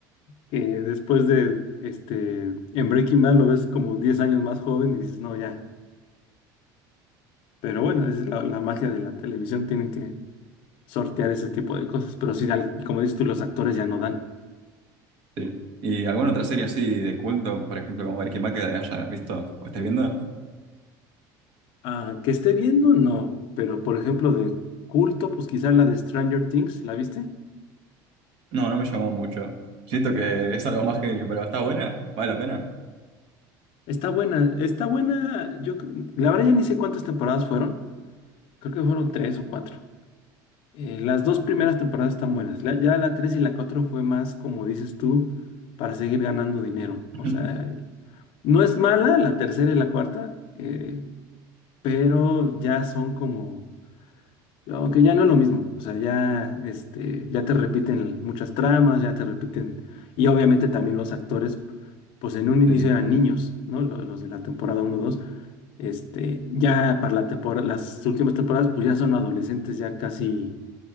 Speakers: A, on the left; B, on the right.
A: que después de, este, en Breaking Bad lo ves como 10 años más joven y dices, no, ya. Pero bueno, es la, la magia de la televisión, tienen que sortear ese tipo de cosas. Pero sí, al- como dices tú, los actores ya no dan.
B: Sí. ¿Y alguna otra serie así de culto, por ejemplo, como Breaking Bad, que hayas visto o estés viendo?
A: Ah, que esté viendo, no. Pero por ejemplo, de culto, pues quizás la de Stranger Things, ¿la viste?
B: No, no me llamó mucho. Siento que es algo más genio, pero está buena, vale la pena.
A: Está buena, está buena. Yo, cre- la verdad ya ni sé cuántas temporadas fueron. Creo que fueron tres o cuatro. Eh, las dos primeras temporadas están buenas. La- ya la tres y la cuatro fue más, como dices tú, para seguir ganando dinero. O
B: <laughs>
A: sea, no es mala la tercera y la cuarta. eh, pero ya son como, aunque ya no es lo mismo, o sea, ya, este, ya te repiten muchas tramas, ya te repiten, y obviamente también los actores, pues en un inicio
B: Sí.
A: eran niños, ¿no? Lo- Los de la temporada uno dos este, ya para la temporada, las últimas temporadas, pues ya son adolescentes, ya casi,